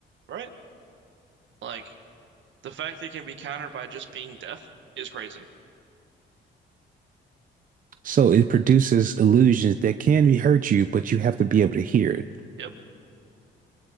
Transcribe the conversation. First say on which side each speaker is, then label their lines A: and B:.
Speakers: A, on the right (about 70°); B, on the right (about 45°).
A: right? Like the fact that it can be countered by just being deaf is crazy.
B: So it produces illusions that can hurt you, but you have to be able to hear it.
A: Yep.